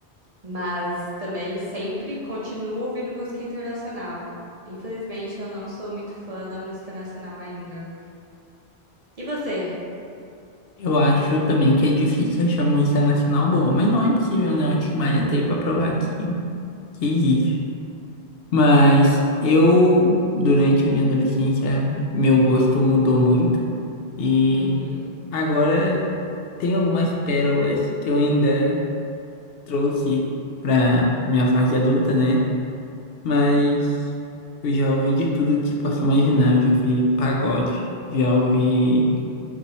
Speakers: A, on the right; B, on the left.
A: mas também sempre continuo ouvindo música internacional. Infelizmente, eu não sou muito fã da música nacional ainda. E você?
B: Eu acho também que é difícil achar música nacional boa, mas não é impossível, né? O Tim Maia tá aí pra provar que, que existe. Mas eu, durante a minha adolescência, meu gosto mudou muito e
A: Uhum.
B: agora tem algumas pérolas que eu ainda trouxe pra minha fase adulta, né? Mas eu já ouvi de tudo que posso imaginar. Eu já ouvi pagode, já ouvi